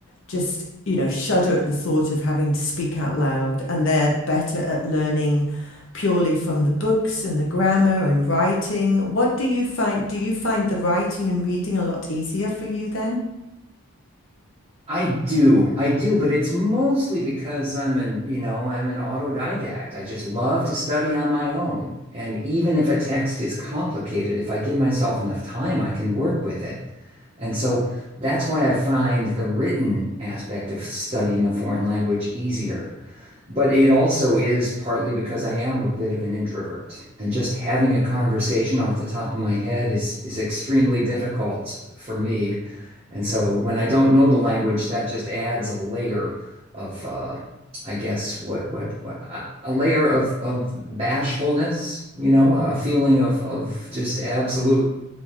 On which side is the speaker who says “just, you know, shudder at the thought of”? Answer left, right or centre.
Left